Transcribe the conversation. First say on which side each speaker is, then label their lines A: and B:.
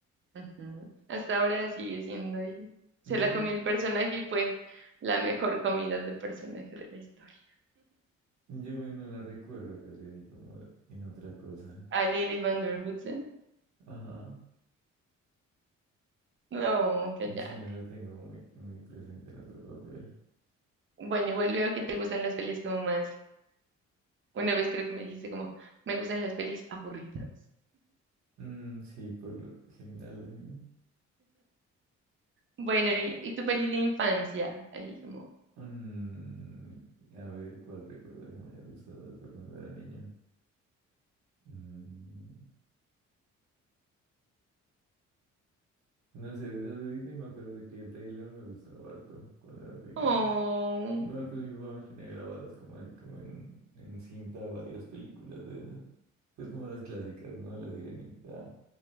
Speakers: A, on the right; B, on the right.
A: Ujú. Hasta ahora sigue siendo ella. Se
B: Yo,
A: la
B: no-
A: comió el personaje y fue la mejor comida de personaje de la historia.
B: yo bueno, la recuerdo casi así como en otra cosa.
A: A Lily Van Der Woodsen.
B: Ajá.
A: No, cállate.
B: Si no la tengo muy, muy presente en otro papel.
A: Bueno, igual veo que te gustan las pelis como más. Una vez creo que me dijiste como, me gustan las pelis aburridas.
B: Mm, sí, por lo general así, ¿no?
A: Bueno, ¿y, y tu peli de infancia? Ahí como,
B: Mm, a ver cuál recuerdo que me haya gustado harto cuando era niño. Mm, No sé, de esas de Disney me acuerdo que el Rey León me gustaba harto cuando era pequeño.
A: oh,
B: Igual pues mi papá me tenía grabadas como así, como en, en cinta varias películas de esas. Pues como las clásicas, ¿no? La Sirenita,